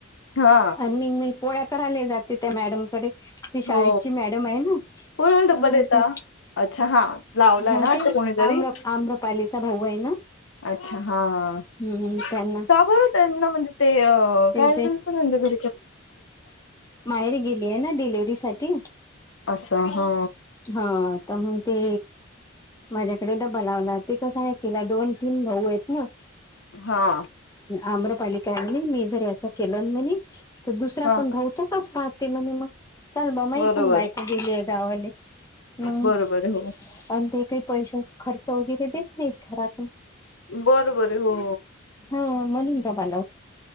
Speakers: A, on the left; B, on the left.
A: हा
B: आणि मी मी पोळ्या करायला जाते. ते त्या मॅडमकडे ती शाळेची
A: हो
B: मॅडम आहे ना
A: कोणाला डब्बा देता
B: ते
A: अच्छा हा लावलाय
B: हा
A: ना वाटतं
B: तेच
A: कोणीतरी
B: आम्र आम्रपालीचा भाऊ आहे ना.
A: अच्छा हा.
B: हम्म त्यांना
A: काब त्यांना म्हणजे ते अ
B: ते-
A: काय झालत म्हजच्या घरी
B: माहेर गेली आहे ना डिलिव्हरी साठी
A: अचछा हा.
B: हा तर मग ते माझ्याकडे डबल लावला ते कस आहे तिला दोन तीम भाऊ आहेत ना.
A: हा.
B: आम्रपालिका आहे म्ह मी जर याचा केलं म्हणे तर दुसरा
A: हा
B: पण त कस पाहते म्हणे मग चल बामाी
A: बरोबर
B: पण बायको गेली आहे गावाले हम्
A: बरोबर हो
B: आणि ते काही पैश खर्च वगैरे देत नाहीत घरातून.
A: बरं बर हो.
B: हा मनंग पाले.